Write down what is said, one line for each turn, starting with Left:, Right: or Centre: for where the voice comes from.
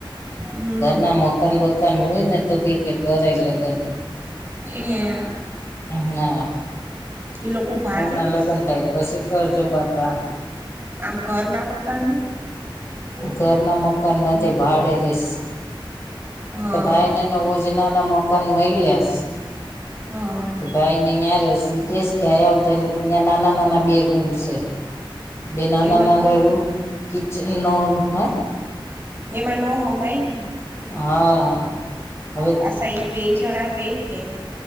Right: હમ
Left: ઘર ના મકાન-બકાન હોય ને તો ક્યે કે કરાય લગન.
Right: <unintelligible>
Left: <unintelligible>
Right: એ લોકો ભાડે
Left: ઘર ના
Right: રહીશ
Left: લગ્ન થાય, પછી કરજો બાપા.
Right: આમ ઘર ના મકાન નથ?
Left: ઘર ના મકાન નથી. ભાડે રહેશ.
Right: હા
Left: તો ભાઈને નવો જ જેના ના મકાન મઈલ્યાસ.
Right: હા
Left: ઈ ભાઈ ને યાં રહેશ. ઈ કહેશ કે અહિંયાં આવ તારી ઉપર ન્યાં નાના-નાના બે રૂમ સે. બે નાના-નાના
Right: એમાં કોણ
Left: રૂમ <unintelligible>
Right: તેમાં નો હમાયન.
Left: હા હવે
Right: પાછા એ બે જણા રે કે.